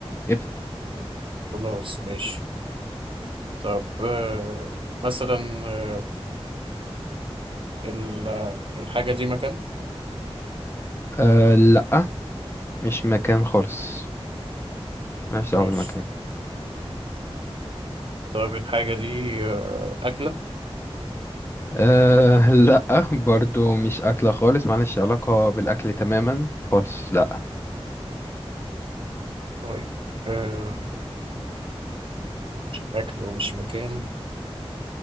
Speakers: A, on the left; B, on the right.
A: ابدا
B: خلاص ماشي طب آه، مثلا آه، ال- آه، الحاجة دي مكان
A: أه لا مش مكان خالص مالهاش
B: ماشي
A: دعوه بالمكان
B: طب الحاجة دي آه، أكلة
A: أه <laughs> لا برضو مش اكله خالص مالهاش علاقه بالاكل تماما خالص لا
B: طيب آه، أكل ومش مكان